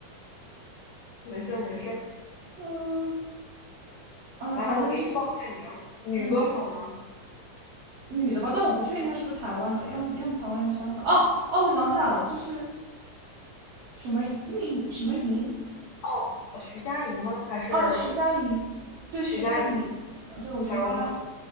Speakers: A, on the left; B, on the right.
A: 没事没事
B: <laughs> 嗯、啊，
A: 来，
B: 反正就是，
A: 我给你报菜名儿，女歌手吗？
B: 嗯，女的吧，但我不确定她是不是台湾的，要么要么台湾，要么香港，
A: 嗯，
B: 哦哦，我想起来了，就是什么运什么莹，
A: 哦，呃徐佳莹吗？还是
B: 啊，徐佳莹，对，
A: 徐佳莹，
B: 徐佳莹，啊对，我觉得她。
A: 台湾的？